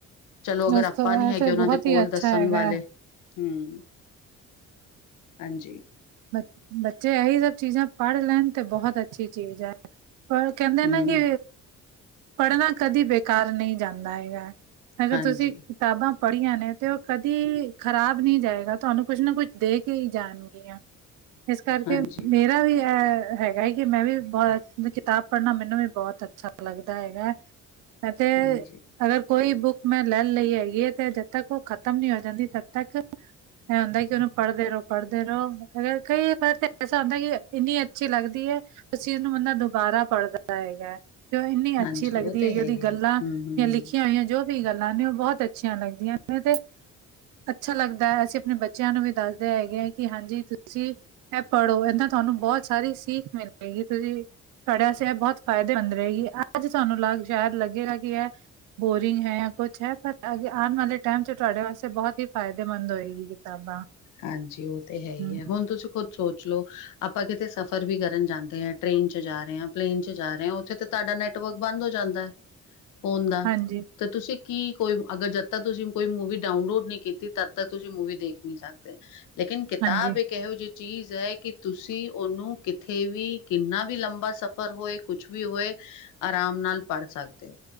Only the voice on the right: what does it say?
ਉਸ
ਤੋਂ
ਇਹ
ਤੇ
ਬਹੁਤ
ਹੀ ਅੱਛਾ
ਹੈਗਾ
ਹੈ।
ਬ ਬੱਚੇ ਇਹੀ ਸਭ ਚੀਜ਼ਾਂ ਪੜ੍ਹ ਲੈਣ ਤੇ ਬਹੁਤ ਅੱਛੀ ਚੀਜ਼ ਹੈ। ਪਰ ਕਹਿੰਦੇ
ਨਾ ਕਿ ਪੜ੍ਹਨਾ ਕਦੀ ਬੇਕਾਰ ਨਹੀਂ ਜਾਂਦਾ ਹੈਗਾ ਅਗਰ
ਤੁਸੀਂ ਕਿਤਾਬਾਂ ਪੜੀਆਂ ਨੇ ਤੇ ਉਹ ਕਦੀ ਖ਼ਰਾਬ ਨਹੀਂ ਜਾਏਗਾ ਤੁਹਾਨੂੰ ਕੁਛ ਨਾ ਕੁਛ ਦੇ ਕੇ ਹੀ ਜਾਣਗੀਆਂ ਇਸ ਕਰਕੇ
ਮੇਰਾ ਵੀ ਹੈ ਹੈਗਾ ਹੈ ਕਿ ਮੈਂ ਵੀ ਬਹੁਤ ਕਿਤਾਬ ਪੜ੍ਹਨਾ ਮੈਨੂੰ ਵੀ ਬਹੁਤ ਅੱਛਾ ਲੱਗਦਾ ਹੈਗਾ ਐਤੇ
ਅਗਰ ਕੋਈ ਬੁੱਕ ਮੈਂ ਲੈ ਲਈ ਹੈਗੀ ਤੇ ਜਦ ਤੱਕ ਉਹ ਖ਼ਤਮ ਨੀ ਹੋ ਜਾਂਦੀ ਤਦ ਤੱਕ ਇਹ ਹੁੰਦਾ ਕਿ ਉਹਨੂੰ ਪੜ੍ਹਦੇ ਰਹੋ ਪੜ੍ਹਦੇ ਰਹੋ ਅ ਕਈ ਵਾਰ ਤਾਂ ਐਸਾ ਹੁੰਦਾ ਕਿ ਇੰਨੀ ਅੱਛੀ ਲੱਗਦੀ ਹੈ ਉਸ ਚੀਜ਼ ਨੂੰ ਬੰਦਾ ਦੁਬਾਰਾ ਪੜ੍ਹਦਾ ਹੈਗਾ ਇੰਨੀ
ਅੱਛੀ ਲੱਗਦੀ
ਹੈ ਉਹਦੀ
ਗੱਲਾਂ
ਜਾਂ ਲਿਖੀਆਂ
ਹੋਈਆਂ ਜੋ ਵੀ ਗੱਲਾਂ ਨੇ ਉਹ ਬਹੁਤ ਅੱਛੀਆਂ ਲੱਗਦੀਆਂ ਨੇ ਤੇ ਅੱਛਾ ਲੱਗਦਾ ਹੈ ਅਸੀਂ ਆਪਣੇ ਬੱਚਿਆਂ ਨੂੰ ਵੀ ਦੱਸਦੇ ਹੈਗੇ ਹੈ ਕਿ ਹਾਂਜੀ ਤੁਸੀਂ ਇਹ ਪੜ੍ਹੋ ਇਹਦਾ ਤੁਹਾਨੂੰ ਬਹੁਤ ਸਾਰੀ ਸੀਿੱਖ ਮਿਲੇਗੀ ਤੁਸੀਂ ਸਾੜਿਆਸ ਇਹ ਬਹੁਤ ਫਾਇਦੇਮੰਦ ਰਹੇਗੀ ਅੱਜ ਤੁਹਾਨੂੰ ਲੱਗ ਸ਼ਾਇਦ ਲੱਗੇਗਾ ਕਿ ਇਹ ਬੋਰਿੰਗ ਹੈ ਜਾਂ ਕੁਛ ਹੈ ਪਰ ਅ ਆਉਣ ਵਾਲੇ ਟਾਈਮ ਤੁਹਾਡੇ ਵਾਸਤੇ ਬਹੁਤ ਹੀ ਫਾਇਦੇਮੰਦ ਹੋਏਗੀ ਕਿਤਾਬਾਂ
ਹਮ,
ਹਾਂਜੀ
ਹਾਂਜੀ